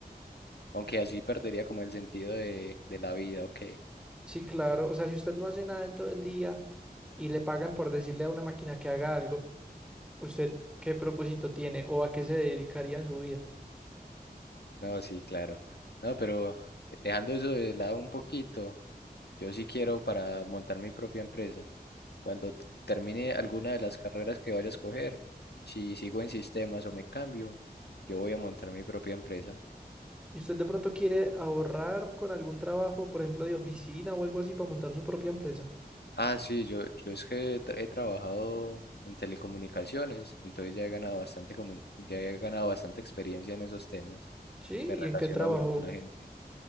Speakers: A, on the left; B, in the centre.
A: Aunque así perdería como el sentido de, de la vida, ¿o qué?
B: Sí, claro. O sea, si usted no hace nada en todo el día y le pagan por decirle a una máquina que haga algo, ¿usted qué propósito tiene o a qué se dedicaría en su vida?
A: No, sí, claro. No, pero dejando eso de lado un poquito. Yo sí quiero para montar mi propia empresa. Cuando t- termine alguna de las carreras que vaya a escoger, si sigo en sistemas o me cambio, yo voy a montar mi propia empresa.
B: ¿Y usted de pronto quiere ahorrar con algún trabajo, por ejemplo, de oficina o algo así para montar su propia empresa?
A: Ah, sí, yo, yo es que tra- he trabajado en telecomunicaciones, entonces ya he ganado bastante, comu- ya he ganado bastante experiencia en esos temas.
B: Sí,
A: Me
B: ¿y
A: relaciono
B: en qué trabajó?
A: bien con la gente.